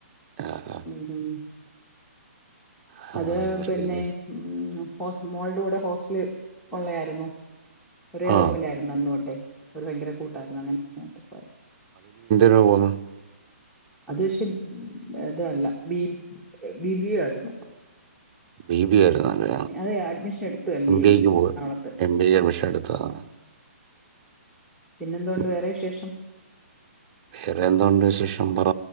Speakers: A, on the right; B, in the centre.
A: ആ ആ,
B: ഉം ഉം
A: ആ
B: അത്
A: അവർക്ക്
B: പിന്നെ ഉം ഹ മോളുടെ കൂടെ ഹോസ്റ്റല് ഉള്ള ആയിരുന്നു ഒരേ
A: ആ
B: റൂമിലായിരുന്നു അന്നു തൊട്ടെ ഒരു ഭയങ്കര കൂട്ടായിരുന്നു അങ്ങനെന്നോട്ടെ പോയ
A: രു പോുന്നു
B: അത് പക്ഷേ അതല്ല ബി ബിബിയ ആയിരുന്നു
A: ബി ബി എ ആയിരുന്നല്ലേ
B: അത് അഡ്മിഷൻ എടുത്തു എംബിഎക്ക്
A: എം ബി എക്ക് പോവ
B: എറണാകുളത്ത്.
A: എം ബിഎക്ക് അഡ്മിഷൻ എടുത്തതാണ്
B: പിന്നെന്തുണ്ട്
A: ഉം.
B: വേറെ വിശേഷം
A: വേറെ എന്തുണ്ട് വിശേഷം പറ